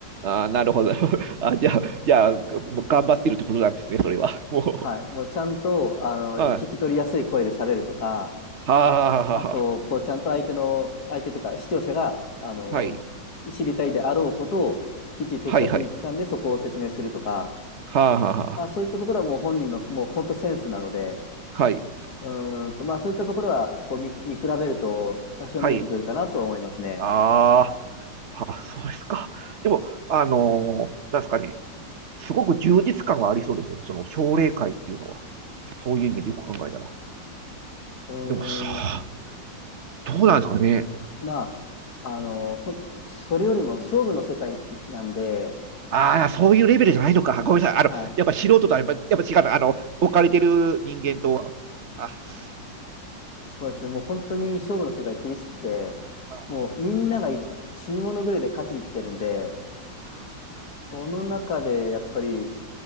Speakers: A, on the right (about 45°); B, on the left (about 55°).
A: あー、なるほど。<laughs> あ、じゃあ、じゃあ、もう頑張ってるってことなんですね、それは。<laughs> も
B: はい。もうちゃんと、あの、
A: う。はい。
B: 聞き取りやすい声で喋るとか、
A: はあ、はあ、
B: あと、
A: は
B: こう、ちゃんと相手の、相手というか、視聴者が、あの、
A: あ。はい。
B: 知りたいであろうことを、きっちり的確に掴んでそこを説明するとか、
A: はい、はい。はあ、はあ、はあ。
B: まあそういったところはもう本人の、もう本当センスなので、
A: はい。
B: うーんと、まあそういったところは、こう見、見比べると多少見えてくるかなとは思いますね。
A: はい。ああ。あ、そうですか。でも、あのーなんですかね、すごく充実感はありそうですよね。その奨励会っていうのは、そういう意味でよく考えたら。
B: うーん、
A: でもさ、どうなんですかね。
B: そう。まあ、あの、ほん、それよりも勝負の世界なんで、
A: ああ、そういうレベルじゃないのか。ごめんなさい。
B: はい。
A: あの、やっぱ素人とはやっぱ、やっぱ違うの。あの、置かれてる人間とは。あ、そっ
B: そうですね。もう本当に勝負の世界厳しくて、
A: か。
B: もうみんながい死に物狂いで勝ちに来てるんで、
A: ああ、そっか。
B: その中でやっぱり、
A: それどころじゃない。